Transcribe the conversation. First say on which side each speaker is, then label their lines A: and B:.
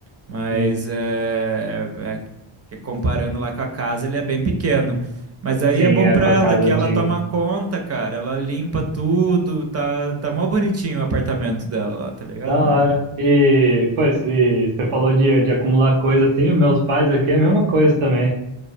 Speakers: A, on the right; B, on the right.
A: Mas
B: Sim,
A: é, é que comparando lá com a casa, ele é bem pequeno. Mas aí
B: sim,
A: é bom
B: é
A: pra
B: com
A: ela
B: a casa
A: que
B: antiga.
A: ela toma conta, cara. Ela limpa tudo, tá, tá mó bonitinho o apartamento dela lá, tá ligado,
B: Da
A: mano?
B: hora. E, pois, e você falou de, de acumular coisa assim, os meus pais aqui é a mesma coisa também.